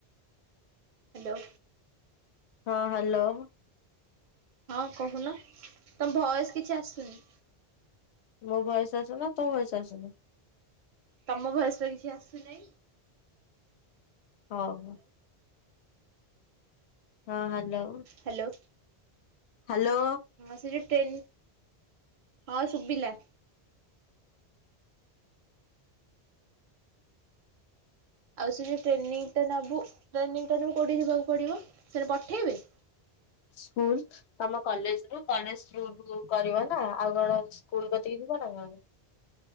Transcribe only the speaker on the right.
ହାଲୋ।
ହଁ କହୁନ ତମ ଭଏସ କିଛି ଆସୁନି।
ତମ ଭଏସ ବା କିଛି ଆସୁନେହିଁ।
ହ୍ୟାଲୋ।
ହଁ ସେ ଯୋଉ ଟେନ ହଁ ଶୁଭିଲା। ଆଉ ସେ ଯୋଉ ଟ୍ରେନିଂଟା ନବୁ ଟ୍ରେନିଂଟା ତମକୁ କେଉଁଠି ଯିବାକୁ ପଡ଼ିବ ସେଇଟା ପଠେଇବେ।